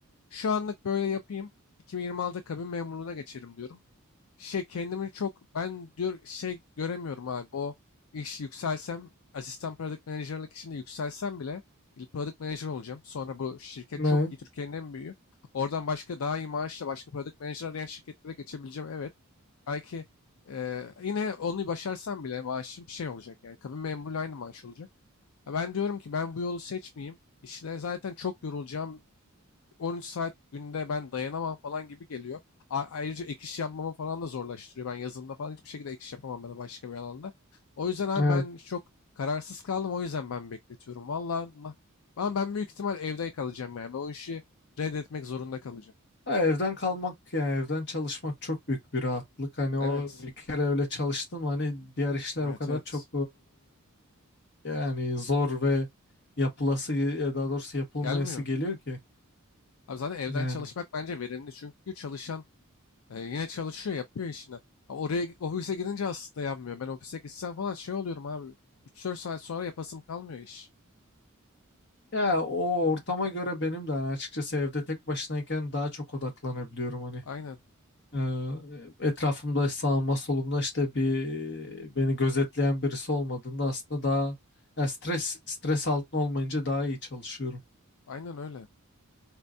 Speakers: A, on the left; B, on the left.
A: şu anlık böyle yapayım. 2026'da kabin memurluğuna geçerim diyorum. Şey kendimi çok ben diyor şey göremiyorum abi. O iş yükselsem asistan product manager'lık içinde yükselsem bile il- product manager olacağım. Sonra bu şirket
B: Ne?
A: çok iyi. Türkiye'nin en büyüğü. Oradan başka daha iyi maaşla başka product manager arayan şirketlere geçebileceğim. Evet. Belki eee, yine onu başarsam bile maaşım şey olacak. Yani kabin memurluğu aynı maaş olacak. Ha, Ben diyorum ki ben bu yolu seçmeyeyim. İşte zaten çok yorulacağım. 13 saat günde ben dayanamam falan gibi geliyor. A- ayrıca ek iş yapmamı falan da zorlaştırıyor. Ben yazılımda falan hiçbir şekilde ek iş yapamam ben da başka bir alanda. O yüzden abi
B: Evet.
A: ben çok kararsız kaldım. O yüzden ben bekletiyorum. Valla ama ben büyük ihtimal evde kalacağım yani. Ben o işi reddetmek zorunda kalacağım.
B: Ha, Evden kalmak yani evden çalışmak çok büyük bir rahatlık. Hani o
A: Evet.
B: bir kere öyle çalıştım hani diğer işler
A: Evet
B: o kadar
A: evet.
B: çok eee, yani zor ve yapılası ya daha doğrusu yapılmayası
A: Gelmiyor.
B: geliyor ki
A: Abi zaten evden
B: yani.
A: çalışmak bence verimli. Çünkü çalışan e, yine çalışıyor, yapıyor işini. Ha, Oraya ofise gidince aslında yapmıyor. Ben ofise gitsem falan şey oluyorum abi. 3-4 saat sonra yapasım kalmıyor iş.
B: Ya o ortama göre benim de hani açıkçası evde tek başınayken daha çok odaklanabiliyorum hani.
A: Aynen.
B: Eee, etrafımda sağımda solumda işte bir beni gözetleyen birisi olmadığında aslında daha yani stres stres altında olmayınca daha iyi çalışıyorum.
A: Aynen öyle.